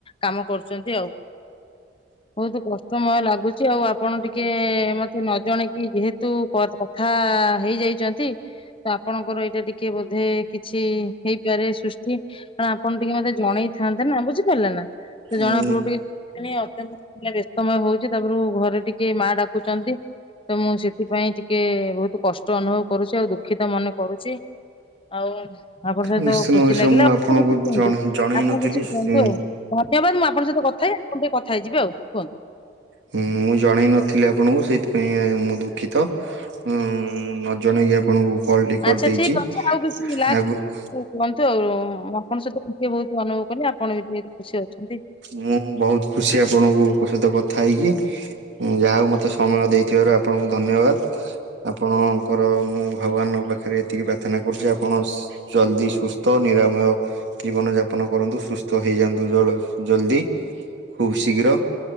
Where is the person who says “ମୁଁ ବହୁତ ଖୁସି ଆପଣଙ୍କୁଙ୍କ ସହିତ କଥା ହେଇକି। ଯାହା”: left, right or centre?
Right